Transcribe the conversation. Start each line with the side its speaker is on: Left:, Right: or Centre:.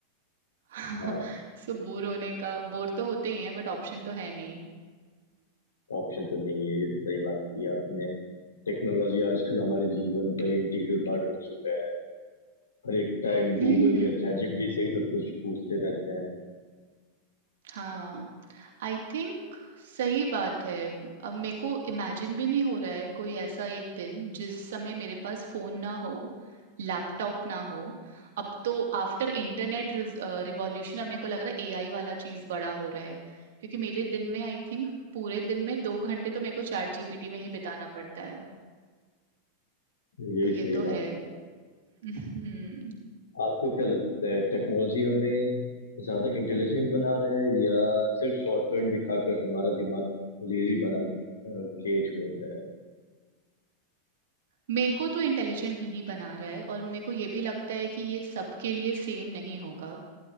Right: <laughs>
Left: हाँ
Right: सो बोर होने का बोर तो होते ही हैं बट ऑप्शन तो है नहीं।
Left: ऑप्शन तो नहीं है ये तो सही बात की आपने टेक्नोलॉजी आजकल हमारे जीवन का इंटीग्रल पार्ट बन चुका है हर एक टाइम
Right: हुँ।
Left: गूगल या चैट जीपीटी से ही सब कुछ पूछते रहते हैं
Right: हाँ, आई थिंक सही बात है। अब मेरे को इमेजिन भी नहीं हो रहा है कोई ऐसा एक दिन जिस समय मेरे पास फ़ोन ना हो, लैपटॉप ना हो। अब तो आफ्टर इंटरनेट रिज़ अ, रिवॉल्यूशन अब मेरे को लग रहा है एआई वाला चीज़ बड़ा हो रहा है। क्योंकि मेरे दिन में आई थिंक पूरे दिन में 2 घंटे तो मेरे को चैटजीपीटी में ही बिताना पड़ता है।
Left: यही
Right: तो ये
Left: सही
Right: तो
Left: बात
Right: है।
Left: की
Right: <laughs> हुँ।
Left: आपको क्या लगता है टेक्नोलॉजी हमें ज्यादा इंटेलिजेंट बना रहा है या सिर्फ शॉर्टकट दिखाकर हमारा दिमाग लेजी बना अ, के छोड़ रहा है
Right: मेरे को तो इंटेलिजेंट नहीं बना रहा है और मेरे को ये भी लगता है कि ये सबके लिए सेम नहीं होगा।